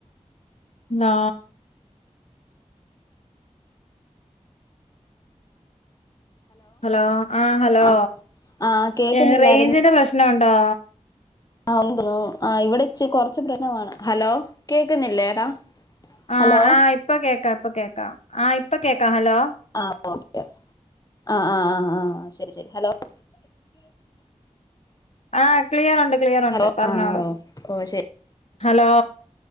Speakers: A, on the left; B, on the left.
A: ആ ഹലോ ആ ഹലോ
B: ആഹ് ആഹ് കേക്കുന്നില്ലായിരുന്നു
A: ഏ റയ്ഞ്ചിന്റെ പ്രശ്നം ഉണ്ടോ
B: ആ ഉണ്ടെന്ന് തോന്നണു ആ ഇവിടെച്ച് കുറച്ച് പ്രശ്നമാണ് ഹലോ കേക്കുന്നില്ലേടാ
A: ആ
B: ഹലോ
A: ആ ഇപ്പ കേക്കാം ഇപ്പ കേക്കാം ആഹ ഇപ്പൊ കേക്കാ ഹലോ
B: ആ ഓക്കെ ആ ആ ആ ആ ശരി ശരി ഹലോ <inaudible>
A: ആ ക്ലിയറുണ്ട് ക്ലിയറുണ്ട്
B: ഹലോ
A: പറഞ്ഞോളൂ
B: ആഹ് ഓ ഓ ശരി
A: ഹലോ